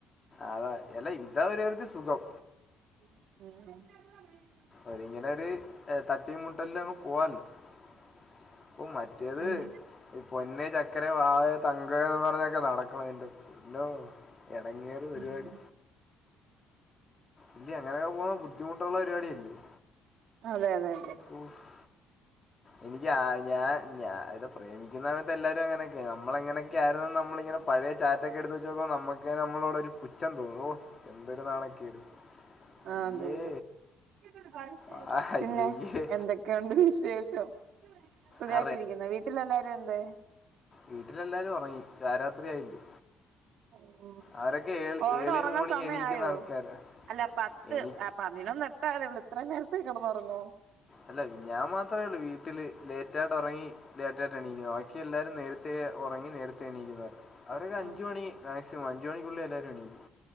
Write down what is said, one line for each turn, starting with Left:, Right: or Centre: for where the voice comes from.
Left: അതെ. എല്ല, ഇതാ ഒരു തരത്തി സുഖം.
Right: <inaudible>
Left: ഒരുങ്ങനൊരു തട്ടിയീം, മുട്ടൽലൊങ്ങ് പോവാല്ലോ. ! ഓഹ്, മറ്റേത്
Right: ഉം
Left: പൊന്നേ, ചക്കരെ, വാവേ, തങ്കെന്നും പറഞ്ഞൊക്കെ നടക്കണം. എന്റെ പോന്നോഹ്. ! എടങ്ങേറ് പരിപാടി
Right: ഉം
Left: ഇല്ലേ, അങ്ങനെയങ് പോവാൻ ബുദ്ധിമുട്ടുള്ള പരിപാടിയായിരിക്കും.
Right: അതെ, അതെ, അതെ <inaudible>
Left: ഓഫ്‌ഹ്! എനിക്ക്, ആ.. ഞാൻ, ഞ പ്രേമിക്കുന്നകാലത്ത് എല്ലാവരും അങ്ങനൊക്കെ, നമ്മളെങ്ങനെയൊക്കെയയിരുന്നെന്ന് നമ്മളിങ്ങനെ പയേ ചാറ്റൊക്കെ എടുത്ത് വെച്ച് നോക്കുമ്പോ, നമുക്ക് നമ്മളോടൊരു പുച്ഛം തോന്നും. ഓഹ്! എന്തൊരു നാണക്കേട്.
Right: ആഹ്.
Left: അയ്യേ
Right: അതെതെ, <unintelligible>
Left: ആ അയ്യയ്യേ
Right: പിന്നെ, എന്തൊക്കെയുണ്ട് വിശേഷം? സസുഖായിട്ടിരിക്കുന്നോ?
Left: ആ
Right: വീട്ടിലെല്ലാരും എന്തേ?
Left: വീട്ടിലെല്ലാരും ഒറങ്ങി, പാരാത്രി ആയില്ലേ?
Right: ഓഹ്!
Left: അവരൊക്കെ ഏൾ
Right: ഓവ്ടെ
Left: ഏർലി
Right: ഒറങ്ങാൻ
Left: മോർണിംഗ്
Right: സമയായോ?
Left: എണീക്കുന്ന ആൾക്കാരാണ്
Right: അല്ല, പത്ത്
Left: എനി
Right: പതിനൊന്നെട്ടേ ആയതേയൊള്ളു. ഇത്രയും നേരത്തേ കെടന്നോറങ്ങോ?
Left: അല്ല ഞാൻ മാത്രേ ഒള്ളൂ വീട്ടില്, ലേറ്റ ആയിട്ട് ഒറങ്ങി ലേറ്റായിട്ട് എണീക്കുന്നത്. ബാക്കി എല്ലാരും നേരത്തെ ഉറങ്ങി, നേരത്തേ എണീക്കുന്നവരാ. അവരൊക്കെ അഞ്ച്
Right: ആഹ്
Left: മണി മാക്സിമം. അഞ്ച മണിക്കുള്ളി എല്ലാവരും എണീക്കും.